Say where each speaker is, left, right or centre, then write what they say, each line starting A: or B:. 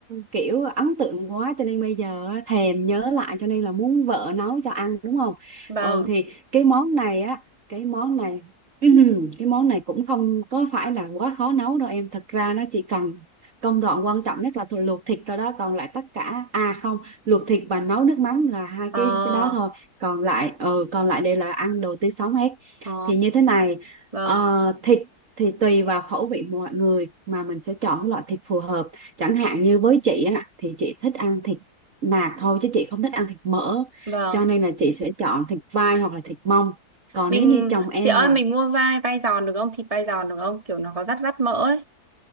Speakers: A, on the right; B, on the right.
A: kiểu ấn tượng quá cho nên bây giờ á, thèm nhớ lại cho nên là muốn vợ nấu cho ăn đúng không?
B: vâng
A: Ừ thì cái món này á, cái món này <clears throat> cái món này cũng không có phải là quá khó nấu đâu em. Thật ra nó chỉ cần công đoạn quan trọng nhất là thôi luộc thịt thôi đó, còn lại tất cả à không, luộc thịt và nấu nước mắm là hai
B: ờ
A: cái cái đó thôi. Còn lại ờ còn lại đây là ăn đồ tươi sống hết.
B: ờ
A: Thì như thế này,
B: vâng
A: ờ, thịt thì tùy vào khẩu vị mọi người mà mình sẽ chọn cái loại thịt phù hợp chẳng hạn như với chị á thì chị thích ăn thịt nạc thôi chứ chị không thích ăn thịt mỡ
B: vâng
A: cho nên là chị sẽ chọn thịt vai hoặc là thịt mông còn
B: Mình
A: nếu như chồng em
B: chị ơi
A: là
B: mình mua vai vai giòn được không? Thịt vai giòn được không? Kiểu nó có rắt rắt mỡ ấy.